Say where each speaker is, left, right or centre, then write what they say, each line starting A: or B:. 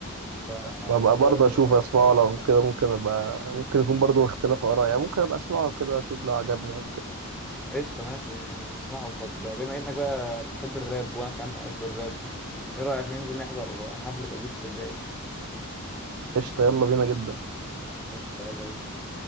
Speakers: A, in the centre; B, on the right.
A: فالحوار
B: وابقى برضه اشوف اسمعه
A: آه،
B: لو كده ممكن ابقى ممكن يكون برضه اختلاف اراء يعني ممكن ابقى اسمعه كده اشوف لو عجبني او كده
A: قشطة ماشي نسمعه طب بما انك بقى بتحب الراب وانا كمان بحب الراب ايه رأيك ننزل نحضر حفلة ابيوسف الجاية
B: قشطة يلا بينا جدا
A: قشطة يلا بينا